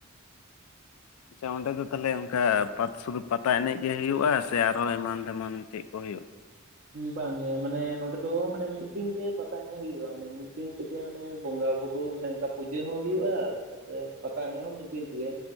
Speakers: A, on the left; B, on the right.
A: ᱟᱪᱪᱷᱟ ᱚᱸᱰᱮ ᱫᱚ ᱛᱟᱦᱚᱞᱮ ᱚᱱᱠᱟ ᱥᱩᱫᱷᱩ ᱯᱟᱛᱟ ᱮᱱᱮᱡ ᱜᱮ ᱦᱩᱭᱩᱜᱼᱟ ᱥᱮ ᱟᱨᱦᱚᱸ ᱮᱢᱟᱱ ᱫᱮᱢᱟᱱ ᱪᱮᱜ ᱠᱚ ᱦᱩᱭᱩᱜᱼᱟ?
B: ᱵᱟᱝ ᱜᱮ ᱢᱟᱱᱮ ᱱᱚᱰᱮ ᱫᱚ ᱢᱟᱱᱮ ᱢᱤᱫ ᱫᱤᱱ ᱜᱮ ᱯᱟᱛᱟ ᱮᱱᱮᱡ ᱦᱩᱭᱩᱜᱼᱟ, ᱢᱟᱱᱮ ᱢᱤᱫ ᱫᱤᱱ ᱛᱮᱜᱮ ᱢᱟᱱᱮ ᱵᱚᱸᱜᱟ ᱵᱩᱨᱩ ᱢᱟᱱᱮ ᱚᱱᱠᱟ ᱯᱩᱡᱟᱹ ᱦᱚᱸ ᱦᱩᱭᱩᱜᱼᱟ ᱛᱟᱯᱚᱨᱮ ᱯᱟᱛᱟ ᱮᱱᱮᱡ ᱦᱚᱸ ᱢᱤᱫ ᱫᱤᱱ ᱛᱮᱜᱮ